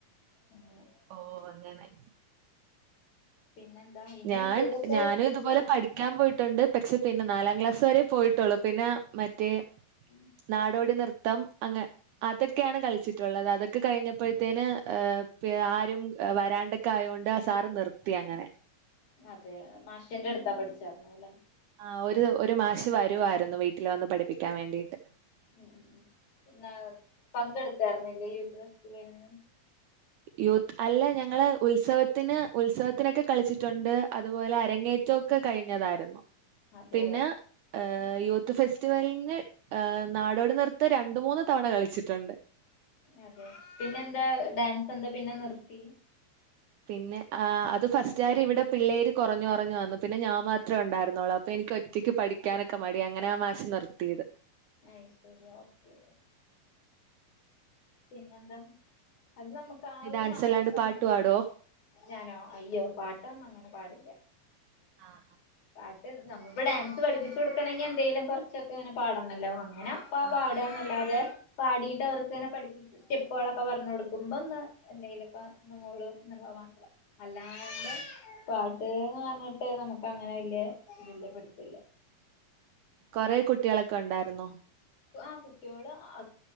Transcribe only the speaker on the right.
ഓ അങ്ങനെ
ഞാൻ
ഞാന്
തുപോലെ പഠിക്കാൻ പോയിട്ട് ട്ട്ണ്ട് പക്ഷെ പിന്നെ നാലാം ക്ലാസ് വരെ പോയിട്ടുള്ളു. പിന്നെ മറ്റേ
നാടോടി നൃത്തം അങ്ങ അതൊക്കെയാണ് കളിച്ചിട്ടുള്ളത്. അതൊക്കെ കഴിഞ്ഞപ്പോഴത്തേന് ഏഹ് പി ആരും വരാണ്ടൊക്കെ ആയൊണ്ട് ആ സാറ് നിർത്തി അങ്ങനെ.
ആഹ് ഒരു ഒരു മാശ് വരുവായിരുന്നു വീട്ടില് വന്ന് പഠിപ്പിക്കാൻ വേണ്ടിട്ട്.
യൂത്ത് അല്ല ഞങ്ങളെ ഉത്സവത്തിന് ഉത്സവത്തിനൊക്കെ കളിച്ചിട്ടുണ്ട് അതുപോലെ അരങ്ങേ റ്റൊക്കെ കഴിഞ്ഞതായിരുന്നു
പിന്നെ ഏഹ് യൂത്ത് ഫെസ്റ്റിവലിന് ആഹ് നാടോടി നിർത്ത രണ്ട് മൂന്ന് തവണ കളിച്ചിട്ടുണ്ട്
പിന്നെ ആ അത് ഫസ്റ്റ് ആർ ഇവിടെ പിള്ളേര് കൊറഞ്ഞുറഞ് വന്നു പിന്നെ ഞാൻ മാത്രേ ണ്ടായിരുന്നുള്ളൂ അപ്പൊ എനിക്ക് ഒ റ്റയ്ക്ക് പഠിക്കാനൊക്കെ മടി അങ്ങനെ ആ മാഷ് നിർത്തിയത്
ഈ ഡാൻസ്സല്ലാണ്ട്
പാട്ട് പാടോ?
ആഹ്
ആഹ് ആഹ്
ആഹ്
കൊറേ കുട്ടികളൊക്കെ ഉണ്ടായിരുന്നോ?